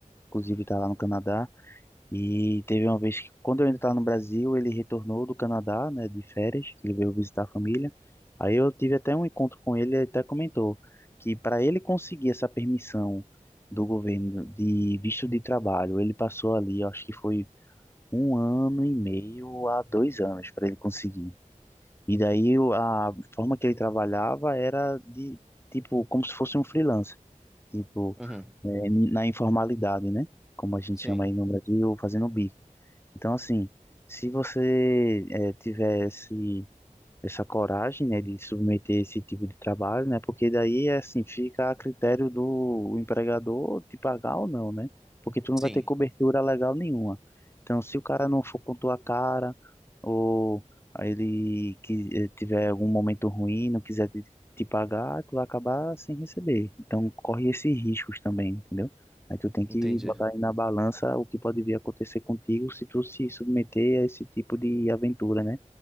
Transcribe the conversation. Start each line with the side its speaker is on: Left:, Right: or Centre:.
Left: inclusive está lá no Canadá, e teve uma vez que, quando eu ainda estava no Brasil, ele retornou do Canadá, né, de férias, que ele veio visitar a família. Aí eu tive até um encontro com ele, ele até comentou que para ele conseguir essa permissão do governo de visto de trabalho, ele passou ali, eu acho que foi um ano e meio a dois anos para ele conseguir. E daí o- a forma que ele trabalhava era de, tipo, como se fosse um freelancer, tipo,
Centre: Uhum.
Left: é, na informalidade, né? Como a gente
Centre: Sim,
Left: chama aí no Brasil, fazendo bico. Então, assim, se você é, tivesse essa coragem, né, de submeter esse tipo de trabalho, né, porque daí, assim, fica a critério do empregador te pagar ou não, né, porque tu não
Centre: sim,
Left: vai ter cobertura legal nenhuma. Então, se o cara não for com tua cara, ou ele que eh, tiver algum momento ruim, não quiser te, te pagar, tu vai acabar sem receber. Então, corre esses riscos também, entendeu? Aí tu tem que
Centre: entendi.
Left: botar aí na balança o que pode vir a acontecer contigo se tu se submeter a esse tipo de aventura, né?